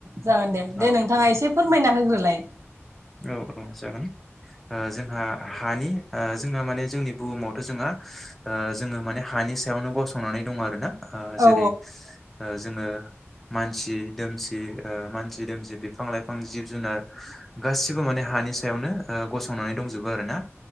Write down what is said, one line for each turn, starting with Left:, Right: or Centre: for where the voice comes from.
Right: जागोन दे
Centre: औ
Right: दे नोंथाङा
Centre: औ
Right: एसे फोरमायना होग्रोलाय?
Centre: औ औ जागोन ओ जोंहा हानि जोंहा माने जोंनि बुहुमावथ' जोंहा ओ जोङो माने हानि सायावनो गसंनानै दं आरो ना। ओ
Right: औ
Centre: जेरै ओ जोङो मानसि दोमसि ओ मानसि दोमसि बिफां लाइफां जिब जुनार गासिबो माने हानि सायावनो ओ गसंनानै दंजोबो आरो ना